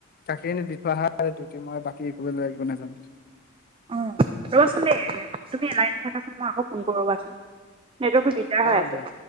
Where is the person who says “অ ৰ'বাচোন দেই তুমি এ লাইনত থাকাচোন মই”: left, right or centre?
Right